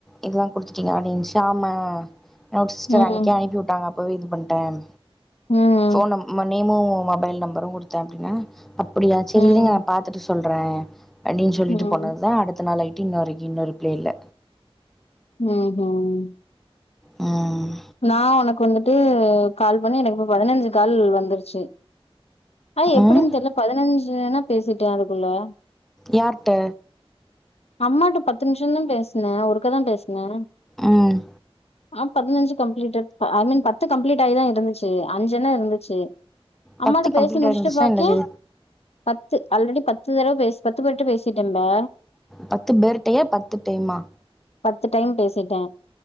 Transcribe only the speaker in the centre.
இதுல்லா குடுத்துட்டிங்ளா அப்டின்ச்சு ஆமா என்னோட சிஸ்டர்
அன்னக்கி அனுப்பி உட்டாங்க ஓ இது பண்டேன்
போன் நம் மன் னிமு மொபைல் நம்பரு குடுத்த அப்டின்னே அப்டியா சரி
இருங்க நா பாத்துட்டு சொல்றே அப்டின் சொல்லிட்டு
போனதுதா அடுத்த நாள் ஆயிட்டு இன்ன வரைக்கி இன்னு ரிப்பிளே இல்ல
ம்
ம்
யார்ட்ட
ம்
பத்து கம்ப்ளீட்
ஆயிருந்துச்சுன்னா
என்னது
பத்து பேருட்டையா பத்து டைமா